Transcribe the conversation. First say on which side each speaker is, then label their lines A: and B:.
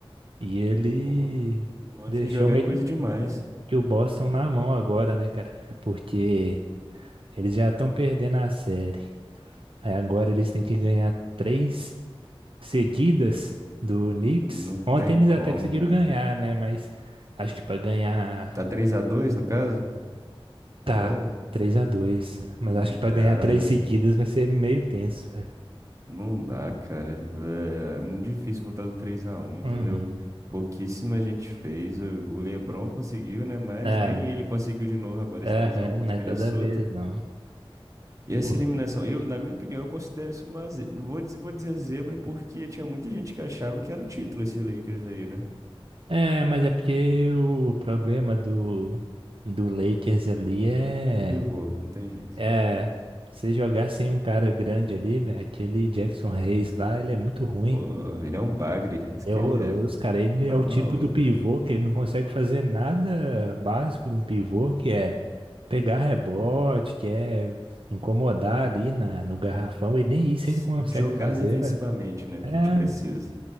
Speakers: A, on the right (about 65°); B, on the right (about 35°).
A: E ele
B: Pô. Um ano
A: deixou
B: sem jogar
A: meio
B: é coisa
A: que
B: demais.
A: que o Boston na mão agora, né, cara? Porque eles já estão perdendo a série. Aí agora eles têm que ganhar três seguidas do Knicks.
B: Não
A: Ontem
B: tem
A: eles
B: como,
A: até conseguiram
B: cara.
A: ganhar, né? Mas acho que pra ganhar
B: Tá três a dois no caso?
A: tá
B: Agora?
A: três a dois mas
B: Não
A: acho que pra ganhar
B: dá,
A: três
B: velho.
A: seguidas vai ser meio tenso, velho.
B: Não dá, cara. Vé, É muito difícil voltar do três a um entendeu?
A: Uhum.
B: Pouquíssima gente fez. O o LeBron conseguiu, né? Mas
A: É,
B: nem ele conseguiu de novo agora
A: é,
B: esse três
A: é,
B: a um contra
A: não é
B: o Minnesota.
A: toda vez, não.
B: E essa
A: Por-
B: eliminação, eu, na minha opinião, eu considero isso uma ze... Vou dizer, vou dizer zebra porque tinha muita gente que achava que era o título esse Lakers aí, né?
A: É, mas é porque o problema do do Lakers ali é
B: O pivô, não tem jeito.
A: é você jogar sem um cara grande ali, velho, aquele Jackson Hayes lá, ele é muito ruim.
B: Pô, ele é um bagre, isso
A: É
B: que
A: horroroso,
B: ele é.
A: cara. Ele
B: Tá
A: é o
B: maluco.
A: tipo do pivô que ele não consegue fazer nada básico de um pivô, que é pegar rebote, que é incomodar ali na, no garrafão. E nem isso
B: Se-
A: ele consegue
B: Jogar
A: fazer,
B: defensivamente,
A: velho.
B: né? Que
A: É,
B: a gente precisa.